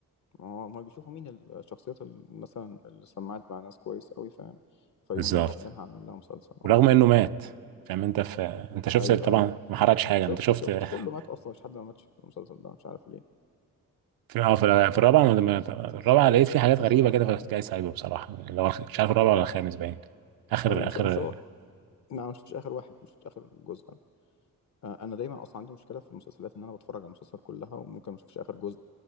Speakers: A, on the left; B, on the right.
A: ما هو ما بيشوفوا مين الشخصيات اللي مثلا اللي سمعت مع ناس كويس قوي فاهم فيقوم
B: بالظبط
A: جايين واخدينها عاملين لها مسلسل اه
B: ورغم انه مات فاهم انت في انت شفت
A: ايوه
B: طبعا
A: ايوه
B: ما حرقتش حاجه
A: شفت
B: انت شفت
A: شفت كله
B: <laughs>
A: مات اصلا مش حد ما ماتش في المسلسل ده مش عارف ليه
B: في اه في الر- في الرابعه انا لما
A: بس
B: الرابعه لقيت في حاجات غريبه
A: بس كله
B: كده فكنت جاي سايبه بصراحه لو أخ- مش عارف الرابعه ولا الخامس باين اخر
A: ايوه مش
B: اخر
A: مش هو لا، ما مش شفتش اخر واحد مش شفتش اخر جزء آه، انا دايما اصلا عندي مشكله في المسلسلات ان انا بتفرج على المسلسل كلها وممكن ما اشوفش اخر جزء